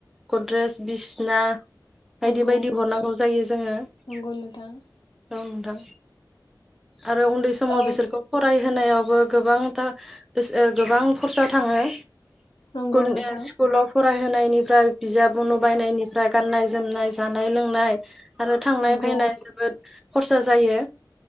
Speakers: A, in the centre; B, on the left.
A: गद्रेस बिसना
B: नंगौ
A: बायदि बायदि हरनांगौ जायो जोङो दं
B: नंगौ नोंथां
A: नोंथां। आरो उन्दै समाव
B: ओ
A: बिसोरखौ फरायो होनायावबो गोबांथा गोस गोबां खरसा थाङो। स्कुनो
B: नंगौ नोंथां
A: स्कुलाव फरायहो नायनिफ्राय बिजाब उनु बायनायनिफ्राय गाननाय जोमनाय जानाय लोंनाय आरो थांनाय
B: नंगौ
A: फानाय जोबोद खरसा जायो